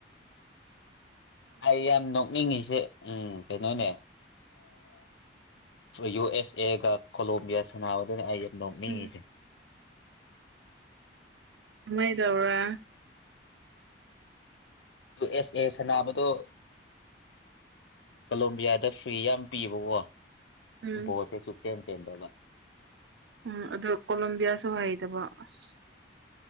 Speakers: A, on the left (about 85°); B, on the right (about 75°).
A: ꯑꯩ ꯌꯥꯝ ꯅꯣꯛꯅꯤꯡꯉꯤꯁꯦ ꯎꯝ ꯀꯩꯅꯣꯅꯦ ꯌꯨ ꯑꯦꯁ ꯑꯦꯒ ꯀꯣꯂꯣꯝꯕꯤꯌꯥ ꯁꯥꯟꯅꯕꯗꯨꯅꯤ ꯑꯩ ꯌꯥꯝ ꯅꯣꯛꯅꯤꯡꯉꯤꯁꯦ
B: ꯎꯝ ꯀꯃꯥꯏ ꯇꯧ꯭ꯔꯥ
A: ꯌꯨ ꯑꯦꯁ ꯑꯦ ꯁꯥꯟꯅꯥꯕꯗꯣ ꯀꯂꯣꯝꯕꯤꯌꯥꯗ ꯐ꯭ꯤ ꯌꯥꯝ ꯄꯤꯕꯀꯣ
B: ꯎꯝ
A: ꯕꯣꯠꯁꯦ ꯆꯨꯞꯆꯦꯟ ꯆꯦꯟꯗꯕ
B: ꯎꯝ ꯑꯗꯣ ꯀꯣꯂꯝꯣꯕꯤꯌꯥꯁꯨ ꯍꯥꯏꯗꯕ ꯑꯁ